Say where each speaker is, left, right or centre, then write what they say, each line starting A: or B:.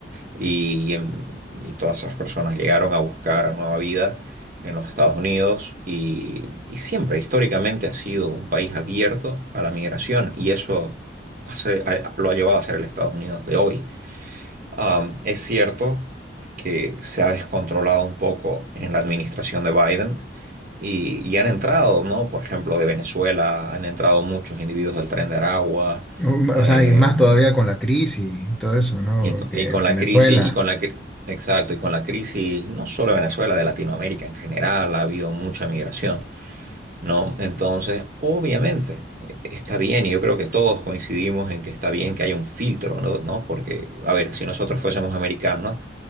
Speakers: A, on the right; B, in the centre.
A: y, em- y todas esas personas llegaron a buscar nueva vida en los Estados Unidos y, y siempre históricamente ha sido un país abierto a la migración y eso hace- a- lo ha llevado a ser el Estados Unidos de hoy. Am, es cierto que se ha descontrolado un poco en la administración de Biden. Y, y han entrado, ¿no? Por ejemplo, de Venezuela, han entrado muchos individuos del Tren de Aragua,
B: no,
A: em,
B: o sea, y más todavía con la crisis y todo eso, ¿no?
A: y con,
B: Que
A: y con la
B: Venezuela,
A: crisis, y con la, cri- exacto, y con la crisis no solo de Venezuela, de Latinoamérica en general, ha habido mucha migración, ¿no? Entonces, obviamente, eh, está bien, y yo creo que todos coincidimos en que está bien que haya un filtro, ¿no? ¿no? Porque, a ver, si nosotros fuésemos americanos,